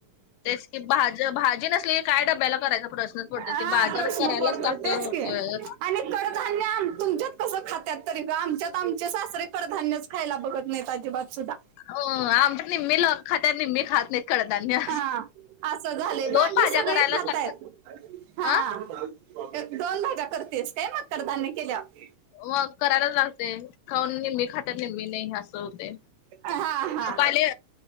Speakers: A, on the left; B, on the right.
A: तेच की भाजी भाजी नसली की काय डब्याला करायचा प्रश्नच पडतो
B: हा
A: ते बाजार
B: प्रश्न
A: करायलच
B: पडतोय
A: लाग
B: तेच
A: हम्म
B: की
A: हम्म
B: आणि कडधान्य तुमच्यात कसं खात्याात तरी ग आमच्यात आमचे सासरे कडधान्यच खायला बघत नाही अजिबात सुद्धा
A: हो आमच्या निम्मी लोक खात निम्मी खात नाही कडधान्य
B: हा असं झालं
A: दोन
B: बाकी
A: भाज्या
B: सगळे
A: करायलाच
B: खाताय
A: लागतात.
B: हा
A: आ
B: दोन भाजा करतेस का मग कडधान्य केल्यावर
A: हो अग करायलाच लागते खाऊन निम्मी खात निम्मी खात्यात निम्मी नाही खात असं होते
B: हा हा
A: पाले